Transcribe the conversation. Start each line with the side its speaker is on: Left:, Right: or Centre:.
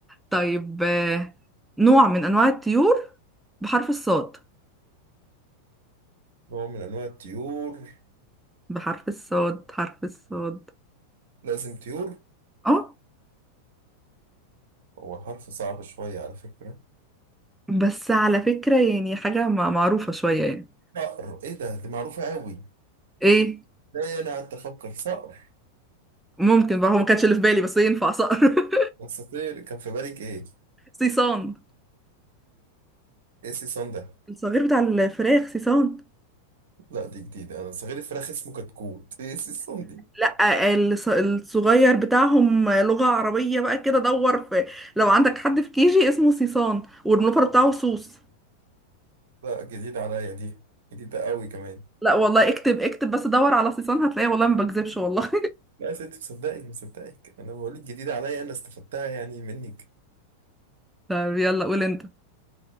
Centre: طيب آه، نوع من انواع الطيور بحرف الصاد
Right: نوع من انواع الطيور
Centre: بحرف الصاد حرف الصاد
Right: لازم طيور
Centre: اه
Right: هو حرف صعب شوية على فكرة
Centre: بس على فكره يعني حاجه ما- معروفه شويه يعني
Right: صقر ايه ده دي معروفة قوي
Centre: ايه
Right: لا انا قعدت افكر صقر
Centre: ممكن بقى هو ما كانش اللي في بالي بس ينفع صقر <laughs>
Right: اساطير كان في بالك ايه
Centre: صيصان
Right: ايه سي صن ده
Centre: الصغير بتاع الفراخ صيصان
Right: لا دي جديدة انا صغير الفراخ اسمه كتكوت ايه سي صن دي
Centre: لا الص- الصغير بتاعهم لغة عربية بقى كده دور في لو عندك حد في كيجي اسمه سيسان والملوفر بتاعه سوس
Right: لا جديدة عليا دي جديدة قوي كمان
Centre: لا والله اكتب اكتب بس دور على سيسان هتلاقيه والله ما بكذبش والله
Right: لا يا ستي مصدقك مصدقك انا بقولك جديدة عليا انا استفدتها يعني منك
Centre: <laughs> طب يلا قول انت